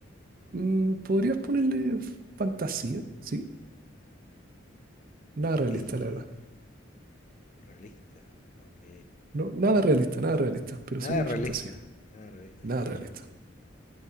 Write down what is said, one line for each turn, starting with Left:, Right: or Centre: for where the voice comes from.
Right: Mm, podrías ponerle fantasía, ¿sí? Nada realista,
Left: Y
Right: la verdad.
Left: realista, ok.
Right: No, nada realista, nada realista, pero
Left: Nada
Right: sí
Left: realista,
Right: fantasía.
Left: nada realista,
Right: Nada
Left: ya, ya,
Right: realista.
Left: ya, ok.